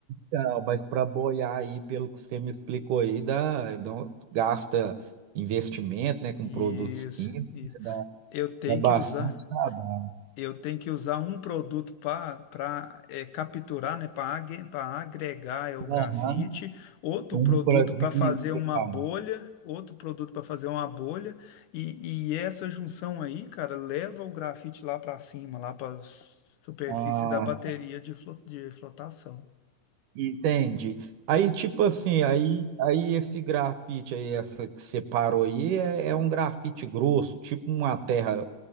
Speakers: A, on the right (about 80°); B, on the left (about 75°).
A: Não, mas para boiar aí, pelo que você me explicou aí, dá, dá um- gasta investimento, né, com
B: Isso,
A: produtos químicos,
B: isso.
A: né, dá,
B: Eu tenho
A: dá bastante
B: que usar.
A: trabalho.
B: Eu tenho que usar um produto para capturar, né, para agregar é o grafite,
A: Aham,
B: outro
A: Um
B: produto
A: para dividir,
B: para fazer
A: você
B: uma
A: fala.
B: bolha, outro produto para fazer uma bolha, e, e essa junção aí, cara, leva o grafite lá para cima, lá para superfície
A: Ah,
B: da bateria de, flo- de flotação.
A: entende? Aí, tipo assim, aí, aí esse grafite aí, essa que você parou aí, é, é um grafite grosso, tipo uma terra